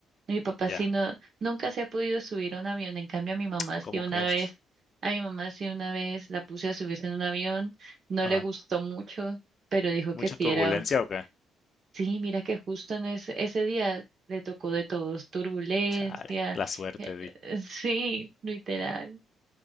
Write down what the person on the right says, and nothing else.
Mi papá
sí no, nunca se ha podido subir a un avión, en cambio a mi mamá sí
una
vez, a mi mamá sí una vez la puse a subirse en un avión, no
le gustó mucho, pero dijo
que sí
era,
sí, mira que justo en ese, ese día le tocó de todos, turbulencia,
eh,
eh, sí, literal.